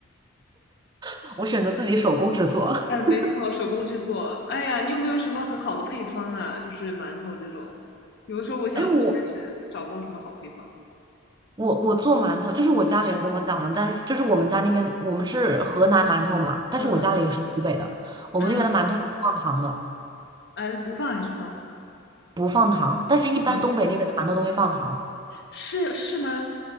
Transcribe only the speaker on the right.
<laughs> 我选择自己手工制作。
<laughs>
哎，我
我我做馒头，就是我家里人跟我讲的，但是就是我们家那边我们是河南馒头嘛，但是我家里是湖北的，
我们那边的馒头是不放糖的，
不放糖，但是一般东北那边的馒头都会放糖，